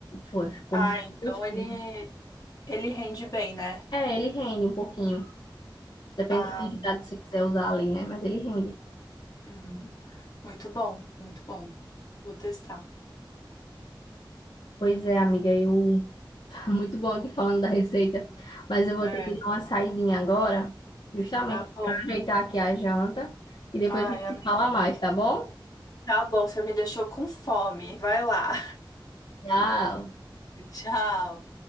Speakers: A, on the left (about 60°); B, on the left (about 45°).
A: Foi, ficou
B: Ah,
A: muito
B: então
A: gostoso.
B: ele ele rende bem, né?
A: É, ele rende um pouquinho. Depende
B: Ah,
A: da quantidade que você quiser usar ali, né? Mas ele rende.
B: uhum. Muito bom, muito bom. Vou testar.
A: Pois é, amiga, eu Muito bom aqui falando da receita, mas eu vou
B: É,
A: ter que dar uma saidinha agora, justamente
B: tá bom.
A: para ajeitar aqui a janta, e depois
B: Ai,
A: a gente
B: amém.
A: se fala mais, tá bom?
B: tá bom, você me deixou com fome. Vai lá.
A: Tchau!
B: <laughs> Tchau.